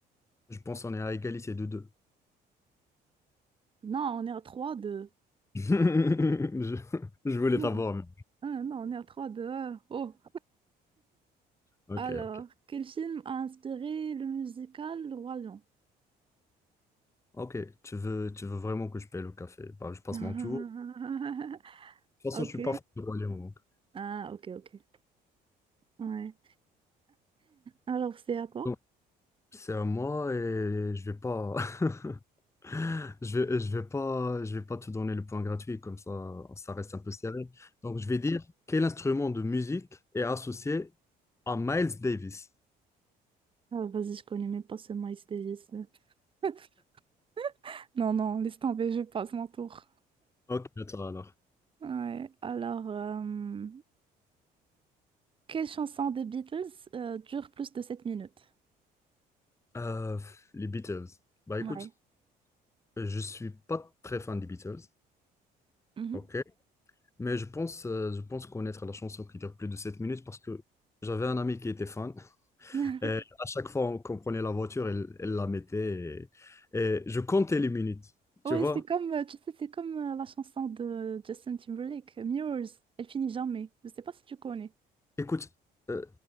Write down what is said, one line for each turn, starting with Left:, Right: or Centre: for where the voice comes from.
Left: je pense qu'on est à égalité de deux.
Right: Non, on est à trois deux
Left: <laughs> Je, je voulais
Right: Non,
Left: t'avoir. mais-
Right: Ah, non, on est à 3, 2. Oh.
Left: Ok,
Right: Alors,
Left: ok.
Right: quel film a inspiré le musical Le Roi Lion?
Left: Ok, tu veux, tu veux vraiment que je paye le café. Bah, je passe
Right: <laughs>
Left: mon tour. De toute façon,
Right: Ok.
Left: je suis pas fan de Roi Lion, donc.
Right: Ah, ok, ok. Ouais. Alors, c'est à toi?
Left: Donc, c'est à moi et je vais pas. <laughs> Je vais, je vais pas, je vais pas te donner le point gratuit, comme ça, ça reste un peu serré. Donc, je vais dire quel instrument de musique est associé à Miles Davis.
Right: Ah, vas-y, je connais même pas ce Miles Davis. <laughs> Non, non, laisse tomber, je passe mon tour.
Left: Ok, attends alors.
Right: Ouais, alors, euh, Quelle chanson des Beatles euh, dure plus de 7 minutes?
Left: Euh, les Beatles. Bah
Right: Ouais.
Left: écoute, je suis pas très fan des Beatles,
Right: Mhm.
Left: ok. Mais je pense, euh, je pense connaître la chanson qui dure plus de 7 minutes parce que j'avais un ami qui était fan.
Right: <laughs>
Left: Et à chaque fois qu'on prenait la voiture, elle, elle la mettait et, et je comptais les minutes,
Right: Ouais,
Left: tu vois.
Right: c'est comme, euh, tu sais, c'est comme euh, la chanson de Justin Timberlake, euh, Mirrors. Elle finit jamais. Je sais pas si tu connais.
Left: Écoute, euh,